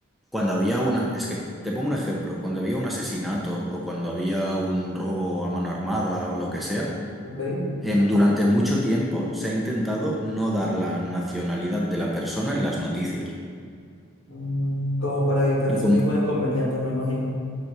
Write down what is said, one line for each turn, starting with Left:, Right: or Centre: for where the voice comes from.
Centre: cuando había una, es que te pongo un ejemplo, cuando había un asesinato o cuando había un robo a mano armada o lo que sea,
Left: ¿ok?
Centre: em, durante mucho tiempo se ha intentado no dar la nacionalidad de la persona en las noticias.
Left: Mm, como para evitar
Centre: Y
Left: ese
Centre: con,
Left: tipo de inconvenientes, me imagino.